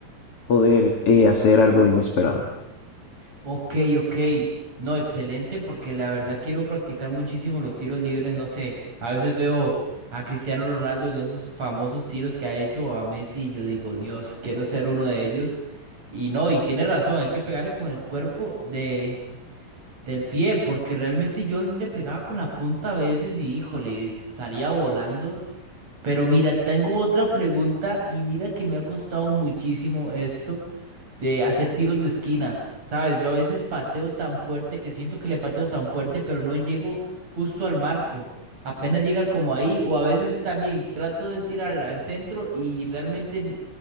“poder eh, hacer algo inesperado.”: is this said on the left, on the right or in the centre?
Left